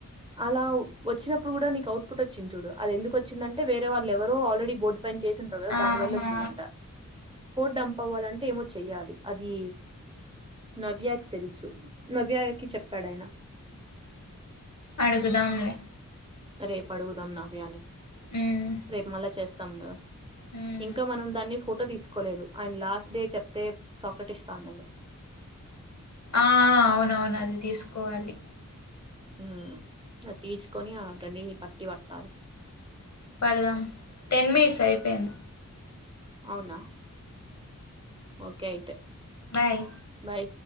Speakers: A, on the right; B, on the left.
A: అలా వచ్చినప్పుడు కూడా నీకు అవుట్పుట్ వచ్చింది చూడు అది ఎందుకు వచ్చిందంటే వేరే వాళ్ళ ఎవరో ఆల్రెడీ బోర్డు పని చేసినంటారు కదా
B: ఆహా
A: దాని వల్ల వచ్చిందంట డంంప్ అవ్వాలంటే ఏమో చెయ్యాలి అది నవ్యాకి తెలుసు నవ్యాకి చెప్పాడుయన
B: అడుగుదాంలే
A: రేపు అడుగుదాం నవ్యాని
B: హ్మ్
A: రేపు మళ్ళా చేస్తా తం కదా
B: హ్మ్
A: ఇంకా మనం దాన్ని ఫోటో తీసుకోలేదు అయండ్ లాస్ట్ డే చెప్తే చాక్లెట్ ఇస్తా అన్నాడు
B: ఆ అవునవును అది తీసుకోవాలి
A: హూ తీసుకొని అతని పట్టి పట్టాలి
B: పడదాం టెన్ మినిట్స్ అయిపోయింది
A: అవునా ఓకే అయితే
B: బయ్
A: బాయ్.